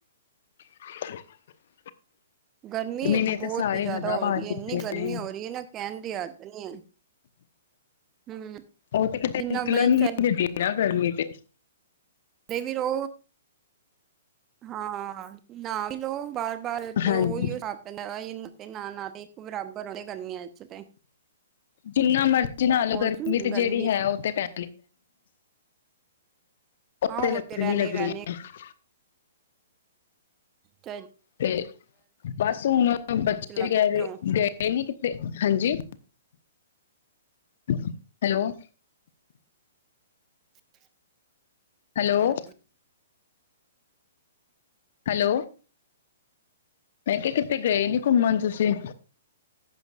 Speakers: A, on the left; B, on the right.
A: <inaudible>
B: ਗਰਮੀ
A: ਨੇ
B: ਬਹੁਤ
A: ਤੇ ਸਾਰੇ
B: ਹੀ ਜ਼ਿਆਦਾ
A: ਹੱਦਾਂ
B: ਹੋ
A: ਪਾਰ
B: ਰਹੀ ਹੈ
A: ਕੀਤੇ
B: ਇੰਨੀ ਗਰਮੀ
A: ਨੇ।
B: ਹੋ ਰਹੀ ਹੈ ਨਾ ਕਹਿਣ ਦ ਆਦ ਨ ਆ ਹਮ
A: ਉਹ ਤੇ ਕਿਤੇ
B: ਜਿੰਨਾ
A: ਨਿਕਲਣ
B: ਬਈ
A: ਹੀ
B: ਚ
A: ਨੀ ਦੇਣਾ ਗਰਮੀ ਤੇ
B: ਦੇ ਵੀ ਰੋ ਹਾਂ ਨਾ ਲੋ ਬਾਰ -ਬਾਰ
A: ਹਾਂਜੀ।
B: ਉਹੀ ਪਦਾ ਤੇ ਨਾ- ਨਾ ਤੇ ਇੱਕ ਬਰਾਬਰ ਆਦੇ ਗਰਮੀਆਂ ਚ ਤੇ
A: ਜਿੰਨਾ ਮਰਜੀ ਨਾ ਲਓ
B: ਔਰ
A: ਗਰਮੀ ਤੇ
B: ਗਰਮੀ
A: ਜਿਹੜੀ ਹੈ ਉਹ ਤੇ ਪੈ
B: ਹਾਂ
A: ਪੈ
B: ਉਹ
A: ਲੱ
B: ਤੇ
A: ਲੱਗਣੀ
B: ਰਹਿਣੀ
A: ਹੈ <unintelligible>
B: ਰਹਿਣੀ ਚਾ
A: ਤੇ ਬਸ ਹੁਣ ਬੱਚੇ
B: ਚਲਾਉਂਦੇ
A: ਵੀ ਕ
B: ਰਹੋ
A: ਗਏ ਕਿਤੇ ਹਾਂਜੀ, ਹੈਲੋ
B: <unintelligible>
A: ਹੈਲੋ ਹੈਲੋ, ਮੈਂ ਕਿਹਾ ਕਿਤੇ ਗਏ ਨੀ ਘੁੰਮਣ ਤੁਸੀਂ